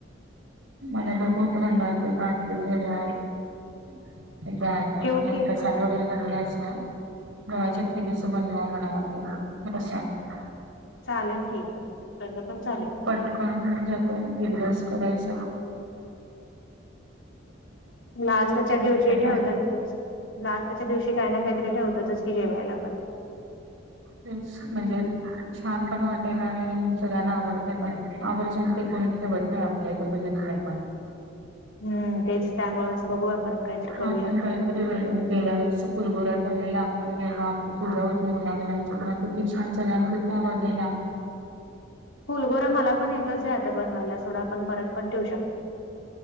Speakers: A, on the right; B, on the left.
A: <unintelligible> आपल्याकडे. <unintelligible>
B: ठेवू की
A: गव्हाच्या. <unintelligible>
B: चालेल की तसं पण चालेल.
A: कोण होऊन जात एकदाच करायच.
B: लास्टच्या दिवशी
A: ना
B: ठेवतातच लास्टच्या दिवशी काही ना काहीतरी ठेवतातच की जेवायला पण. <inaudible>
A: हम्म स म्हणजे छान पण वाटेल आणि सगळ्यांना आवडते पण आवर्जून ते कुणी ठेवत नाही आप आपल्या इथे बघितल्या पण.
B: हम तेच त्यामुळेळच बघू आपण काहीतरी करूया
A: हा पण कळत <unintelligible> के गेल्या वेळेस फुलबोरा ठेवलेल्या आपण घेणो आपली पूजा होती मुला मुलांची प शिक्षण सग गाण किती आवडलेला <unintelligible>
B: फुलगोरा मला पण येतच आहे आता बनवायला सोडा आपण परत पण ठेवू शकतो